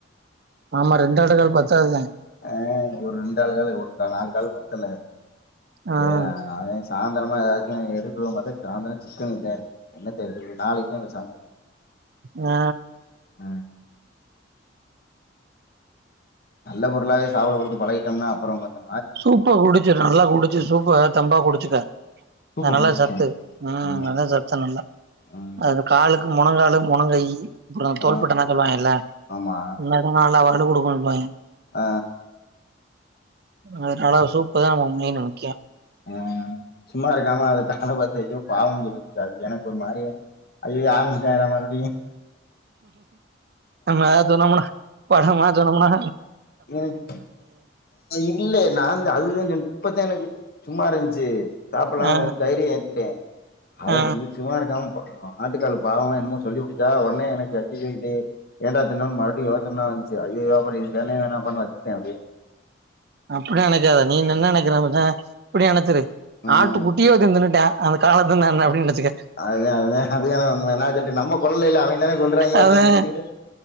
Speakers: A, on the right (about 55°); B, on the left (about 50°).
A: ஆமா ரெண்டாட்டுகால் பத்தாததுதே
B: ஆ ஒரு ரெண்டு ஆள் கால் ஒரு நாலு கால் பத்தல
A: ம்
B: ஏற ஆனே சாந்தரமா எதாதுச்சு எடுக்குனு பாத்தே சாந்தர சிக்கனுதா என்னத்தெ எடுக்கறது நாளைக்கு சாம இருக்கு
A: ஆ
B: ஆ நல்ல பொருளாவே சாப்ட குடுத்து பழகிட்டம்னா அப்ற வந்த
A: சூப்பா குடிச்ச நல்லா குடிச்சு சூப்பா தெம்பா குடிச்சுக்க
B: சூப்ப
A: அத நல்லா
B: குடிச்சிட்டே
A: சத்து ம்
B: ஆ
A: அதா சத்து நல்லா
B: ஆ
A: அது காலுக்கு மொலங்காலு மொலங்கையி அப்ற தோள்பட்ட
B: ஆ
A: நகாலா இல்ல
B: ஆமா
A: லதிங்கா எல்லா <unintelligible>
B: ஆ
A: அ நாலா சூப்பு தா மா மீனு முக்கியொ
B: ஆ சும்மா இருக்காம அத கண்ண பாத்து ஐயோ பாவம்னு சொல்ல கூடாது எனக் கு ஒரு மாரிய ஐயயொ ஆர <unintelligible> மறுப்டியு
A: நம்ம சொன்னமுனா பணமா சொன்னமுனா
B: எனக் இல்ல நாந்த அதுதே சொன் இப்பத்தே எனக்கு சும்மா இருன்ச்சு சாப்புல்லான்னு
A: ஆ
B: கொஞ்ச தைரிய ஏத்துகிட்டே அது
A: ஆ
B: சும்மாரு க்காம ப ஆட்டுக்கால் பாவொ என்னமோ சொல்லி உட்டுட்டா ஒட்னே எனக்கு ஐயயோ இதயெ ஏன்டா திண்ணோன் மறுப்டி யோசன வன்ச்சு ஐயயோ அபடி வேணவெ வேணாம்பான் வச்சுட்டே அப்டியே
A: அப்டில்லா நெனக்காத நீன் என்ன நெக்கிற <unintelligible> இப்பிடி நெனச்சுரு
B: ம்
A: ஆட்டு குட்டிய ஒருத்த தின்னுட்டே அந்த காலத்து நான் அப்டின் நெனச்சுக்க
B: அதா அதா அது அது வேணா உண்ம நா சொல்ட்டு நம்ம கொல்லல அவிங்க தான கொல்றாய்ங்க
A: அதே
B: அப்டின்னு நெனச்சுக்கிட்டு